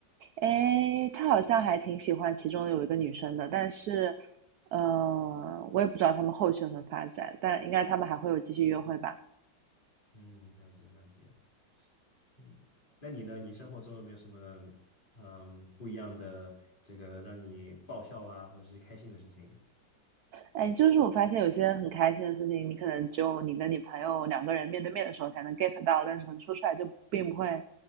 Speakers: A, on the right (about 70°); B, on the left (about 25°).
A: 哎，他好像还挺喜欢其中有一个女生的，但是，呃，我也不知道他们后续有什么发展，但应该他们还会有继续约会吧。
B: 嗯，了解了解，嗯，那你呢？你生活中有没有什么嗯不一样的这个让你爆笑啊，或者是开心的事情？
A: 哎，就是我发现有些很开心的事情，你可能只有你跟你朋友两个人面对面的时候才能 get 到，但是可能说出来就并不会